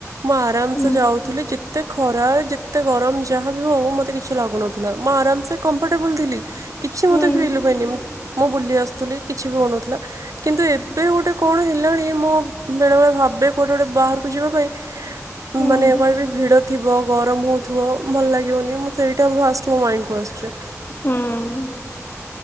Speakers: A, on the right; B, on the left.
A: ମୁଁ ଆରାମସେ
B: ହୁଁ
A: ଯାଉଥିଲି ଯେ ଯେତେ ଖରା ଯେତେ ଗରମ ଯାହାବି ହଉ ମୋତେ କିଛି ଲାଗୁନଥିଲା ମୁଁ ଆରାମସେ କମ୍ଫର୍ଟେବୁଲ୍ ଥିଲି। କିଛି
B: ହୁଁ
A: ମୋତେ ଫିଲ୍ ହୁଏନି। ମୁଁ ବୁଲି ଆସୁଥିଲି କିଛି ବି ହୋଉନଥିଲା କିନ୍ତୁ ଏବେ ଗୋଟେ କଣ ହେଲାଣି ମୋ ବେଳେ ବେଳେ ଭାବେ କୁଆଡେ ଗୋଟେ ବାହାରକୁ ଯିବା ପାଇଁ
B: ହୁଁ
A: ମାନେ କହିବେ ଭିଡ ଥିବ ଗରମ ହେଉଥିବ ଭଲ ଲାଗିବନି ମୁଁ ସେଇଟା ଫାଷ୍ଟ ମୋ ମାଇଣ୍ଡକୁ ଆସୁଛି।
B: ହଁ।